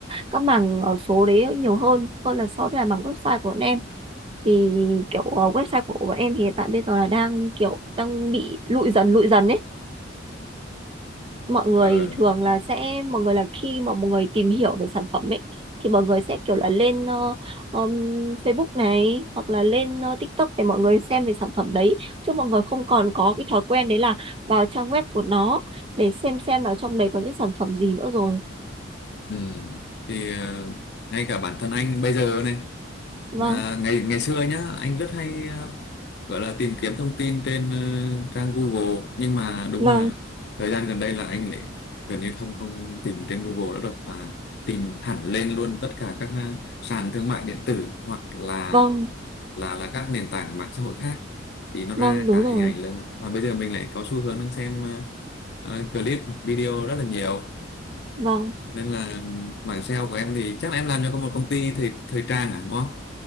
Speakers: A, on the right; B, on the left.
A: các mảng ờ, số đấy nhiều hơn hơn là so với là mảng website của bọn em thì kiểu ờ, website của bọn em thì hiện tại bây giờ là đang kiểu đang bị lụi dần lụi dần ấy mọi người
B: Ờ,
A: thường là sẽ mọi người là khi mà mọi người tìm hiểu về sản phẩm ấy thì mọi người sẽ kiểu là lên ờ, um, Facebook này hoặc là lên ờ, TikTok để mọi người xem về sản phẩm đấy chứ mọi người không còn có cái thói quen đấy là vào trang web của nó để xem xem là trong đấy có những sản phẩm gì nữa rồi
B: ừ. Thì ờ, ngay cả bản thân anh bây giờ này
A: vâng
B: À, ngày ngày xưa nhá anh rất hay ờ, gọi là tìm kiếm thông tin trên ờ, trang Google nhưng mà đúng
A: vâng
B: là thời gian gần đây là anh lại gần như không không tìm trên Google nữa rồi mà tìm hẳn lên luôn tất cả các ờ, sàn thương mại điện tử hoặc là
A: vâng
B: là là các nền tảng mạng xã hội khác thì nó
A: vâng
B: ra
A: đúng
B: cả
A: rồi
B: hình ảnh lên mà bây giờ mình lại có xu hướng đang xem ờ, ờ, clip video rất là nhiều
A: vâng
B: nên là ừm, bảng sale của em thì chắc là em làm cho có một công ty thời thời trang à đúng không?